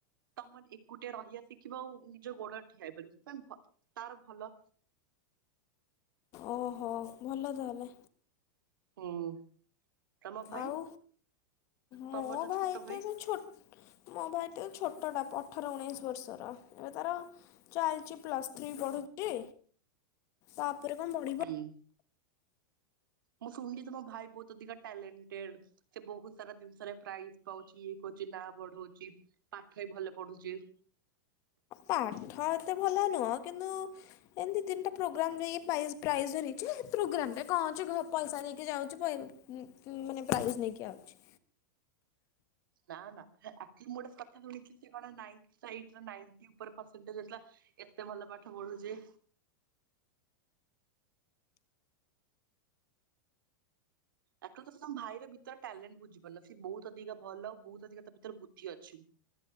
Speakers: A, on the right (about 90°); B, on the left (about 30°).
A: ତମେ ଏକୁଟିଆ ରହିବା ଶିଖିବ ଆଉ ନିଜ ଗୋଡ ରେ ଠିଆ ହେଇ ପାରିବ ସେଥିପାଇଁ ଭ ତାର ଭଲ
B: ଓହୋ ଭଲ ତାହେଲେ
A: ହୁଁ ତମ ଭାଇ
B: ଆଉ ମୋ
A: ତମ ଯୋଉ
B: ଭାଇ
A: ଛୋଟ
B: ତ ଏବେ ଛୋଟ ମୋ ଭାଇ ତ ଛୋଟଟା ଅଠର ଉଣେଇଶ ବର୍ଷର ଏବେ ତାର ଚାଲିଛି ପ୍ଲସ୍ ଥ୍ରୀ ପଢୁଛି ତାପରେ କଣ ପଢ଼ି
A: ହଁ ମୁଁ ଶୁଣିଲି ତ ମୋ ଭାଇ ବହୁତ ଅଧିକା ଟ୍ୟାଲେଣ୍ଟେଡ ସେ ବହୁତ ସାରା ଜିନିଷରେ ପ୍ରାଇଜ ପାଉଛି ଇଏ କରୁଛି ନାଁ ବଢଉଛି ପାଠ ବି ଭଲ ପଢୁଛି
B: ପାଠ ଏତେ ଭଲ ନୁହଁ କିନ୍ତୁ ଏମିତି ତିନିଟା ପ୍ରୋଗ୍ରାମ୍ ପ୍ରାଇଜ ଧରିଛି ପ୍ରୋଗ୍ରାମ ରେ କଣ ଅଛି ଘରୁ ପଇସା ନେଇକି ଯାଉଛି ମାନେ ପ୍ରାଇଜ୍ ନେଇକି ଆଉଛି
A: ନା ନା ଆକ୍ଚୁଲି ମୁଁ ଗୋଟେ କଥା ଶୁଣିଛି ସେ କଣ ନାଇନ୍ତ ସାଇଡ୍ ର ନାଇଣ୍ଟି ଉପରେ ପର୍ସେଣ୍ଟଜ୍ ରଖିଥିଲା ଏତେ ଭଲ ପାଠ ପଢୁଛି ଆକ୍ଚୁଲି ତ ତମ ଭାଇର ଭିତରେ ଟ୍ୟାଲେଣ୍ଟ ବୁଝିପାରୁନ ସେ ବହୁତ ଅଧିକ ଭଲ ବହୁତ ଅଧିକ ତା ଭିତରେ ବୁଦ୍ଧି ଅଛି